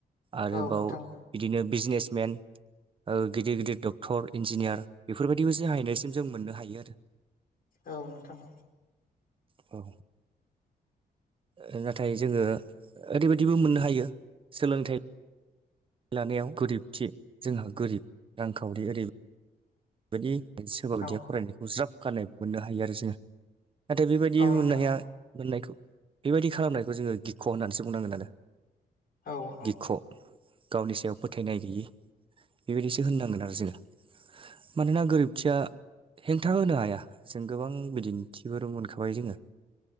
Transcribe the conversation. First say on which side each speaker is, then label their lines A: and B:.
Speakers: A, on the right; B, on the left.
A: आरोबाव
B: औ नोंथां
A: बिदिनो बिजनेसमेन ओ गिदिर गिदिर डक्टर इन्जिनियार बेफोर बायदिबो जाहैनायसिम जों मोननो हायो आरो।
B: औ नोंथां औ
A: औ ओ नाथाय जोङो ओरैबायदिबो मोननो हायो सोलोंथाइ लानायाव गोरिबथि जोंहा गोरिब रांखावरि ओरै बेबायदि सोरबा बायदिया
B: औ
A: फरायनायखौ ज्राब गारनायबो मोननो हायो आरो जोङो नाथाय बेबायदि
B: औ
A: मोननाया
B: नोंथां
A: मोननायखौ बेबायदि खालामनायखौ जोङो गिख' होननानैसो बुंनांगोन आरो
B: औ औ
A: गिख' गावनि सायाव फोथायनाय गैयि बेबायदिसो होननांगोन आरो जोङो मानोना गोरोनथिया हेंथा होनो हाया जों गोबां बिदिन्थिफोर मोनखाबाय जोङो